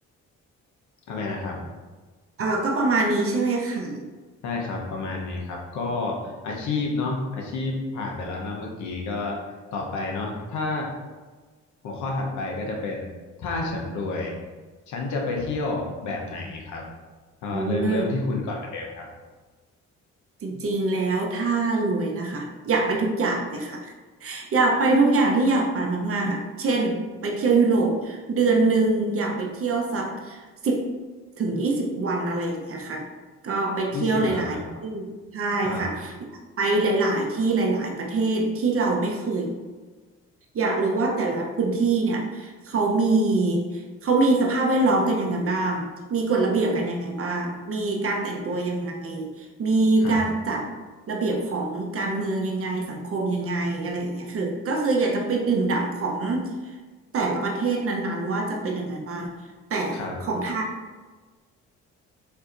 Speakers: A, on the left; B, on the right.
A: อะไรนะครับ
B: เอ่าก็ประมาณนี้ใช่ไหมคะ
A: ใช่ครับ ประมาณนี้ครับ ก็อาชีพเนาะอาชีพผ่านไปแล้วนะเมื่อกี้ก็ต่อไปเนาะถ้าหัวข้อถัดไปก็จะเป็นถ้าฉันรวยฉันจะไปเที่ยวแบบไหนครับเอ่อเริ่มเริ่มที่คุณก่อนเหมือนเดิมครับ
B: อืม จริงๆ แล้วถ้ารวยนะคะอยากไปทุกอย่างเลยค่ะอยากไปทุกอย่างที่อยากไปมากๆอ่ะเช่นไปเที่ยวยุโรปเดือนหนึ่งอยากไปเที่ยวสักสิบถึงยี่สิบวันอะไรอย่างเงี้ยค่ะก็ไปเที่ยวหลายๆที่ใช่ค่ะอยากไปหลายๆที่หลายๆประเทศที่เราไม่เคย
A: ยี่สิบเหรอครับ ครับ
B: อยากรู้ว่าแต่ละพื้นที่เนี่ยเขามีเขามีสภาพแวดล้อมกันยังไงบ้างมีกฎระเบียบกันยังไงบ้างมีการแต่งตัวยังไงมีการจัดระเบียบของการเมืองยังไงสังคมยังไงอะไรอย่างเงี้ยคือก็คืออยากจะไปดื่มด่ำของ
A: ครับ
B: แต่ละประเทศนั้นๆว่าจะเป็นยังไงบ้างแต่ของไทย
A: ครับ